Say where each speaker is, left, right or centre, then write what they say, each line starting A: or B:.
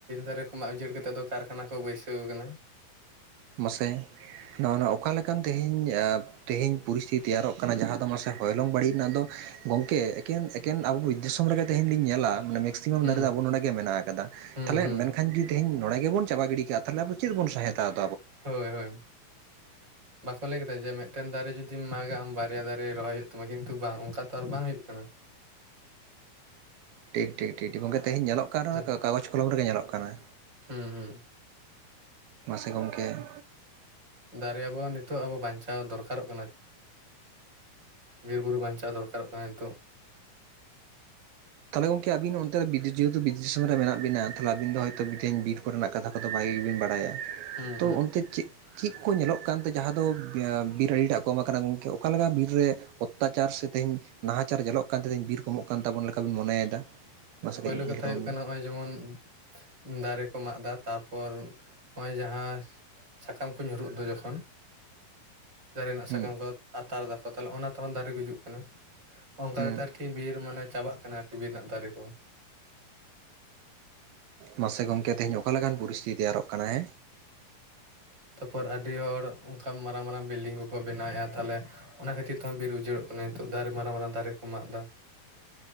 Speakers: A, on the right; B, on the right.
A: ᱫᱟᱨᱮ ᱠᱚ ᱢᱟᱜ ᱩᱡᱟᱹᱲ ᱠᱟᱛᱮᱜ ᱟᱫᱚ ᱠᱟᱨᱠᱷᱟᱱᱟ ᱠᱚ ᱵᱟᱹᱭᱥᱟᱹᱣ ᱠᱟᱱᱟ।
B: ᱢᱟᱥᱮ ᱱᱚᱜᱼᱚᱭ ᱱᱚᱣᱟ ᱚᱠᱟᱞᱮᱠᱟᱱ ᱛᱮᱦᱮᱧ ᱼᱼ ᱛᱮᱦᱮᱧ ᱯᱚᱨᱤᱥᱛᱤᱛᱤ ᱛᱮᱭᱟᱨᱚᱜ ᱠᱟᱱᱟ ᱡᱟᱦᱟᱸ ᱫᱚ ᱢᱟᱥᱮ ᱦᱚᱭᱞᱚᱝ ᱵᱟᱹᱲᱤᱡ ᱨᱮᱱᱟᱜ ᱫᱚ ᱼᱼ ᱜᱚᱢᱠᱮ ᱮᱠᱮᱱ ᱥᱮᱠᱮᱱ ᱟᱵᱚ ᱫᱤᱥᱚᱢ ᱨᱮᱜᱮ ᱛᱮᱦᱮᱧ ᱞᱤᱧ ᱧᱮᱞᱟ ᱼᱼ ᱢᱮᱠᱥᱤᱢᱟᱢ
A: ᱦᱩᱸ
B: ᱫᱟᱨᱮ ᱫᱚ ᱟᱵᱚ ᱱᱚᱰᱮ ᱜᱮ ᱢᱮᱱᱟᱜ ᱟᱠᱟᱫᱟ
A: ᱦᱩᱸ
B: ᱛᱟᱦᱟᱞᱮ
A: ᱦᱩᱸ
B: ᱢᱮᱱᱠᱷᱟᱱ ᱡᱩᱫᱤ ᱛᱮᱦᱮᱧ ᱱᱚᱰᱮ ᱜᱮᱵ ᱪᱟᱵᱟ ᱜᱤᱰᱤ ᱠᱟᱜᱼᱟ ᱛᱟᱦᱟᱞᱮ ᱟᱵᱚᱱ ᱪᱮᱫᱚᱱ ᱥᱦᱟᱣᱫᱟ?
A: ᱦᱳᱭ ᱦᱳᱭ ᱵᱟᱠᱚ ᱞᱟᱹᱭ ᱠᱮᱫᱟ ᱡᱮ ᱢᱤᱫᱴᱮᱱ ᱫᱟᱨᱮ ᱡᱩᱫᱤᱢ ᱢᱟᱜᱟ ᱟᱢ ᱵᱟᱨᱭᱟ ᱫᱟᱨᱮ ᱨᱚᱦᱚᱭ ᱦᱩᱭᱩᱜ ᱛᱟᱢᱟ ᱠᱤᱱᱛᱩ ᱵᱟᱝ ᱚᱱᱠᱟ ᱛᱚ ᱟᱨ ᱵᱟᱝ ᱦᱩᱭᱩᱜ ᱠᱟᱱᱟ।
B: ᱴᱷᱤᱠ ᱴᱷᱤᱠ ᱴᱷᱤᱠ ᱴᱷᱤᱠ ᱜᱚᱢᱠᱮ ᱛᱮᱦᱮᱧ ᱧᱮᱞᱚᱜ ᱠᱟᱱ ᱨᱚᱦᱚᱸ
A: ᱦᱮᱸᱥᱮ᱾
B: ᱛᱚ ᱠᱟᱜᱚᱡᱽ ᱠᱚᱞᱚᱢ ᱨᱮᱜᱮ ᱧᱮᱞᱚᱜ ᱠᱟᱱᱟ।
A: ᱦᱩᱸ ᱦᱩᱸ
B: ᱢᱟᱥᱮ ᱜᱚᱢᱠᱮ ᱼᱼ
A: ᱫᱟᱨᱮ ᱟᱵᱚ ᱱᱤᱛᱚᱜ ᱟᱵᱚ ᱵᱟᱧᱪᱟᱣ ᱫᱚᱨᱠᱟᱨᱚᱜ ᱠᱟᱱᱟ। ᱵᱤᱨᱵᱩᱨᱩ ᱵᱟᱧᱪᱟᱣ ᱫᱚᱨᱠᱟᱨᱚᱜ ᱠᱟᱱᱟ ᱱᱤᱛᱚᱜ।
B: ᱛᱟᱦᱟᱞᱮ ᱜᱚᱝᱠᱮ ᱟᱵᱤᱱ ᱚᱱᱛᱮ ᱫᱚ <unintelligible> ᱡᱮᱦᱮᱛᱩ ᱵᱤᱨ ᱫᱤᱥᱚᱢ ᱨᱮ ᱢᱮᱱᱟᱜ ᱵᱤᱱᱟ ᱛᱟᱦᱟᱞᱮ ᱟᱵᱤᱱ ᱫᱚ ᱦᱚᱭᱛᱳ ᱛᱤᱦᱤᱧ ᱵᱤᱨ ᱠᱚ ᱨᱮᱱᱟᱜ ᱠᱟᱛᱷᱟ ᱼᱼ ᱠᱚᱫᱚ ᱵᱷᱟᱜᱤ ᱜᱮᱵᱤᱱ ᱵᱟᱲᱟᱭᱟ᱾
A: ᱦᱩᱸ
B: ᱛᱚ
A: ᱦᱩᱸ
B: ᱚᱱᱛᱮ ᱪᱮᱫ ᱼᱼ ᱪᱮᱫ ᱠᱚ ᱧᱮᱞᱚᱜ ᱠᱟᱱᱛᱮ ᱡᱟᱦᱟᱸ ᱫᱚ ᱵᱤᱨ ᱟᱰᱤᱴᱟᱜ ᱠᱚᱢ ᱟᱠᱟᱱᱟ ᱜᱚᱢᱠᱮ? ᱚᱠᱟᱞᱮᱠᱟ ᱵᱤᱨ ᱨᱮ ᱼᱼ ᱚᱛᱛᱟᱪᱟᱨ ᱥᱮ ᱛᱮᱦᱮᱧ ᱱᱟᱦᱟᱪᱟᱨ ᱧᱟᱞᱚᱜ ᱠᱟᱱ ᱛᱮ ᱛᱮᱦᱮᱧ ᱵᱤᱨ ᱠᱚᱢᱚᱜ ᱠᱟᱱ ᱛᱟᱵᱚᱱ ᱞᱮᱠᱟ ᱵᱚᱱ ᱢᱚᱱᱮᱭᱮᱫᱟ। ᱢᱟᱥᱮ
A: ᱯᱳᱭᱞᱳ
B: ᱠᱟᱹᱡ ᱞᱟᱹᱭ
A: ᱠᱟᱛᱷᱟ ᱦᱩᱭᱩᱜ
B: ᱛᱟᱵᱚᱱ
A: ᱠᱟᱱᱟ
B: ᱵᱤᱱ
A: ᱱᱚᱜᱼᱚᱭ ᱡᱮᱢᱚᱱ ᱼᱼ ᱫᱟᱨᱮ ᱠᱚ ᱢᱟᱜ ᱮᱫᱟ ᱛᱟᱨᱯᱚᱨ ᱱᱚᱜᱼᱚᱭ ᱡᱟᱦᱟᱸ ᱼᱼ ᱥᱟᱠᱟᱢ ᱠᱚ ᱧᱩᱨᱩᱜ ᱫᱚ ᱡᱚᱠᱷᱚᱱ᱾ ᱫᱟᱨᱮ ᱨᱮᱱᱟᱜ
B: ᱦᱩᱸ
A: ᱥᱟᱠᱟᱢ ᱠᱚ ᱟᱛᱟᱨ ᱮᱫᱟᱠᱚ ᱛᱟᱦᱟᱞᱮ ᱚᱱᱟ ᱛᱮᱦᱚᱸ ᱫᱟᱨᱮ ᱜᱩᱡᱩᱜ ᱠᱟᱱᱟ। ᱚᱱᱠᱟ
B: ᱦᱩᱸ
A: ᱠᱟᱛᱮ ᱟᱨᱠᱤ ᱵᱤᱨ ᱢᱟᱱᱮ ᱪᱟᱵᱟᱜ ᱠᱟᱱᱟ ᱟᱨᱠᱤ ᱵᱤᱨ ᱨᱮᱱᱟᱜ ᱫᱟᱨᱮ ᱠᱚ।
B: ᱢᱟᱥᱮ ᱜᱚᱢᱠᱮ ᱛᱮᱦᱮᱧ ᱚᱠᱟ ᱞᱮᱠᱟᱱ ᱯᱚᱨᱤᱥᱛᱷᱤᱛᱤ ᱛᱮᱭᱟᱨᱚᱜ ᱠᱟᱱᱟ ᱦᱮᱸ?
A: ᱛᱟᱯᱚᱨ ᱟᱹᱰᱤ ᱦᱚᱲ ᱚᱱᱠᱟ ᱢᱟᱨᱟᱝ ᱢᱟᱨᱟᱝ ᱵᱤᱞᱰᱤᱝ ᱠᱚᱠᱚ ᱵᱮᱱᱟᱣᱮᱫᱼᱟ ᱛᱟᱦᱚᱞᱮ ᱚᱱᱟ ᱠᱷᱟᱹᱛᱤᱨ ᱛᱮ ᱦᱚᱸ ᱵᱤᱨ ᱩᱡᱟᱹᱲᱚᱜ ᱠᱟᱱᱟ ᱱᱤᱛᱚᱜ ᱫᱟᱨᱮ ᱢᱟᱨᱟᱝ ᱢᱟᱨᱟᱝ ᱫᱟᱨᱮ ᱠᱚ ᱢᱟᱜ ᱮᱫᱟ